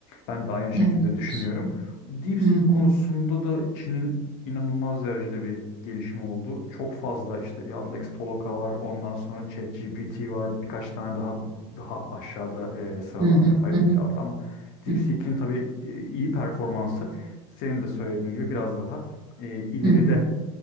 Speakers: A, on the left; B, on the right.
A: Ben de aynı şekilde
B: Evet.
A: düşünüyorum. DeepSeek
B: Hı hı,
A: konusunda da Çin'in inanılmaz derecede bir gelişimi oldu. Çok fazla işte Yandex Toloka var, ondan sonra ChatGPT var, birkaç tane daha daha aşağıda e, sıralanan
B: hı hı,
A: yapay
B: hı
A: zeka
B: hı,
A: var ama DeepSeek'in
B: hı hı,
A: tabii e, iyi performansı senin de söylediğin gibi biraz daha e, ileride
B: hı hı.